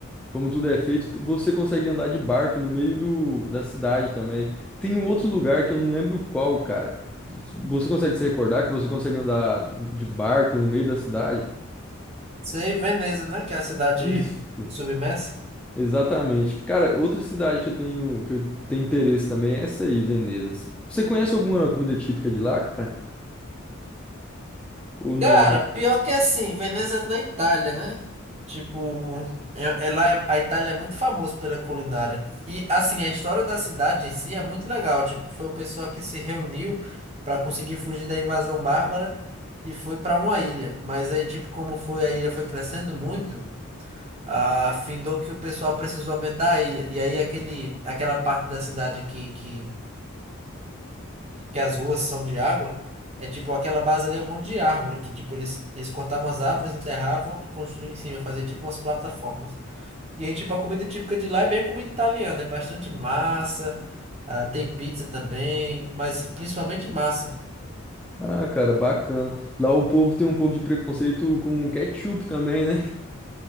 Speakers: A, in the centre; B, on the right.
A: como tudo é feito. Você consegue andar de barco no meio do, da cidade também. Tem um outro lugar que eu não lembro qual, cara. Você consegue se recordar que você consegue andar de barco no meio da cidade?
B: Sei, Veneza, né, que é a cidade
A: Isso.
B: submersa.
A: Exatamente. Cara, outra cidade que eu tenho que eu tenho interesse também é essa aí, Veneza. Você conhece alguma comida típica de lá, cara? Ou não?
B: Cara, pior que é assim, Veneza é na Itália, né? Tipo, é, é lá, é- a Itália é muito famosa pela culinária. E assim, a história da cidade em si é muito legal. Tipo, foi o pessoal que se reuniu pra conseguir fugir da invasão bárbara e foi pra uma ilha. Mas aí, tipo, como foi a ilha foi crescendo muito, ah, findou que o pessoal precisou aumentar a ilha. E aí aquele, aquela parte da cidade que, que que as ruas são de água, é tipo aquela base ali é um monte de árvore que tipo eles eles cortavam as árvores, enterravam e construíam em cima, fazia tipo umas plataformas. E aí tipo a comida típica de lá é bem comida italiana, é bastante massa, ah, tem pizza também, mas principalmente massa. <laughs>
A: Ah, cara, bacana. Lá o povo tem um pouco de preconceito com ketchup também, né?